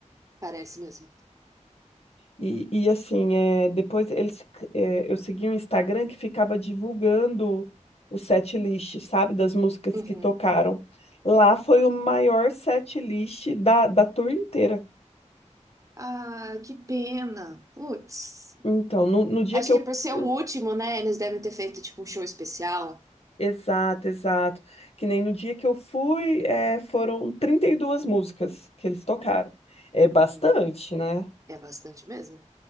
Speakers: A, on the right (about 25°); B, on the left (about 55°).
A: Parece mesmo.
B: E, e assim, é, depois eles, é, eu segui um Instagram que ficava divulgando o set list, sabe, das músicas
A: Uhum.
B: que tocaram. Lá foi o maior set list da, da tour inteira.
A: Ah, que pena. Putz.
B: Então, no, no dia
A: Acho
B: que eu
A: que por ser
B: fui.
A: o último, né? Eles devem ter feito tipo um show especial.
B: Exato, exato. Que nem no dia que eu fui, eh, foram 32 músicas que eles tocaram. É bastante,
A: Hum,
B: né?
A: É bastante mesmo.